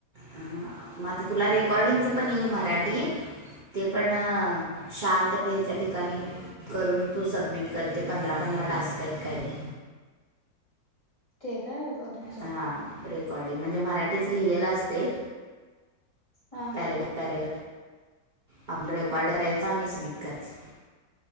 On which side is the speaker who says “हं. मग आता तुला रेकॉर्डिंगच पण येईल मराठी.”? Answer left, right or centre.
Right